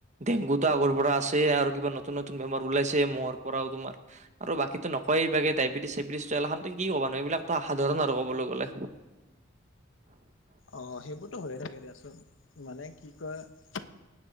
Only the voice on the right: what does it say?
ডেংগুতো আগৰ পৰা আছে, আৰু কিবা নতুন নতুন বেমাৰ ওলাইছে মহৰ পৰাও তোমাৰ- আৰু বাকীতো নকয় এইবাকে ডায়বেটিছ চবেটছ কি কবা এই গিলাননো এইবিক সাধাৰণ আৰু কবলৈ গ'লে।